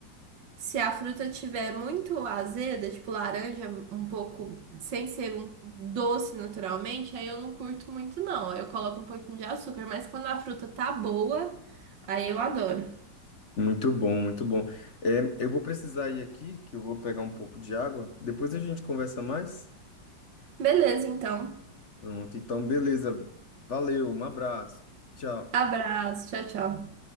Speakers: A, on the right; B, on the left.
A: Se a fruta tiver muito azeda, tipo laranja, um pouco, sem ser um doce naturalmente, aí eu não curto muito, não. Aí Eu coloco um pouquinho de açúcar, mas quando a fruta tá boa, aí eu adoro.
B: Muito bom, muito bom. É, eu vou precisar ir aqui, que eu vou pegar um pouco de água. Depois a gente conversa mais.
A: Beleza, então.
B: Pronto, então beleza. Valeu, um abraço. Tchau.
A: Abraço, tchau, tchau.